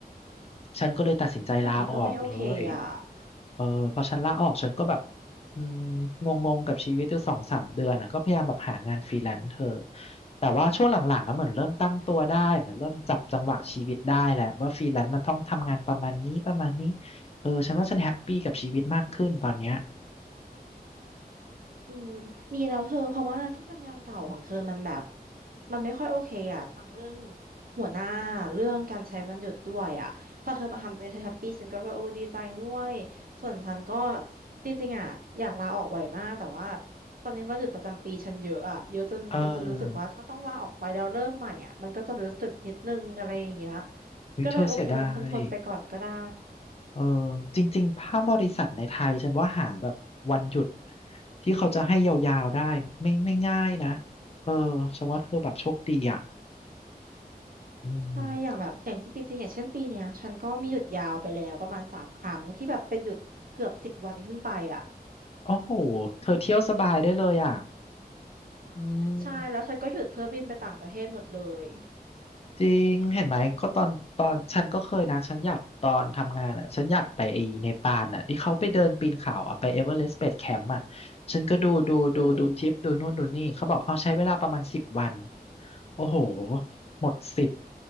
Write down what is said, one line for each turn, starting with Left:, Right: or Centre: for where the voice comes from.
Left: ฉันก็เลยตัดสินใจลาออกเลย
Right: แบบนี้ก็ไม่โอเคอ่ะ
Left: เออพอฉันลาออกฉันก็แบบอืมงงงกับชีวิตอยู่สองสามเดือนอ่ะก็พยายามแบบหางานฟรีแลนซ์เธอแต่ว่าช่วงหลังๆอะเหมือนเริ่มตั้งตัวได้เหมือนเริ่มจับจังหวะชีวิตได้แหละว่าฟรีแลนซ์มันต้องทำงานประมาณนี้ประมาณนี้เออฉันว่าฉันแฮปปี้กับชีวิตมากขึ้นตอนเนี้ย
Right: อืมดีแล้วเธอเพราะว่าที่ทำงานเก่าของเธอมันแบบมันไม่ค่อยโอเคอ่ะทั้งเรื่องหัวหน้าเรื่องการใช้วันหยุดด้วยอ่ะพอเธอมาทำเป็นแฮปปี้ฉันก็แบบโอ้ดีใจด้วยส่วนฉันก็จริงๆอ่ะอยากลาออกบ่อยมากแต่ว่าตอนนี้วันหยุดประจำปีฉันเยอะอ่ะเยอะจนจนรู้สึกว่าถ้าต้องลาออกไปแล้วเริ่มใหม่อ่ะมันก็จะรู้สึกนิดนึงอะไรอย่างเงี้ย
Left: เออวิเธอเสียดาย
Right: ก็เลยโอเคทนทนไปก่อนก็ได้
Left: เออจริงๆภาพบริษัทในไทยฉันว่าหาแบบวันหยุดที่เขาจะให้ยาวๆได้ไม่ไม่ง่ายนะเออฉันว่าเธอแบบโชคดีอ่ะอืม
Right: ใช่ อย่างแบบอย่างที่จริงๆอย่างเช่นปีเนี้ยฉันก็มีหยุดยาวไปแล้วประมาณสามครั้งที่แบบเป็นหยุดเกือบสิบวันขึ้นไปอ่ะ
Left: โอ้โหเธอเที่ยวสบายได้เลยอ่ะอืม
Right: ใช่แล้วฉันก็หยุดเพื่อบินไปต่างประเทศหมดเลย
Left: จริงเห็นไหม ก็ตอนตอนฉันก็เคยนะ ฉันอยากตอนทำงานอ่ะฉันอยากไปไอ้เนปาลอ่ะที่เขาไปเดินปีนเขาอ่ะไปเอเวอเรสต์เบสแคมป์อ่ะฉันก็ดูดูดูดูทริปดูนู่นดูนี่เขาบอกเอาใช้เวลาประมาณสิบวัน
Right: อืม
Left: โอ้โห หมดสิทธิ์